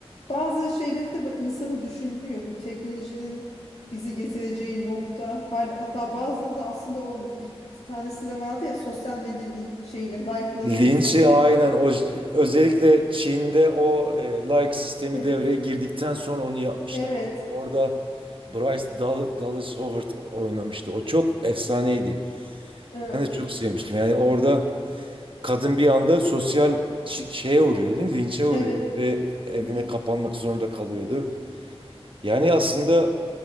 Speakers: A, on the left (about 80°); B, on the right (about 55°).
A: bazı şeyleri de bu- insanı düşündürüyor. Bu teknolojinin bizi getireceği nokta. Hal- Hatta bazıları da aslında olmuş. Bir tanesinde vardı ya sosyal medya li- şeyle like'larıyla
B: Linç'i
A: sürekli.
B: aynen o özellikle Çin'de o e, like sistemi
A: Evet.
B: devreye girdikten sonra onu yapmışlardı.
A: Evet.
B: Orada Bryce Dal- Dallas Howard oynamıştı. O çok efsaneydi.
A: Evet.
B: Ben de çok sevmiştim. Yani orada kadın bir anda sosyal şi- şeye uğruyordu, değil mi? linçe uğruyordu
A: Evet.
B: ve evine
A: Li-
B: kapanmak zorunda kalıyordu. Yani aslında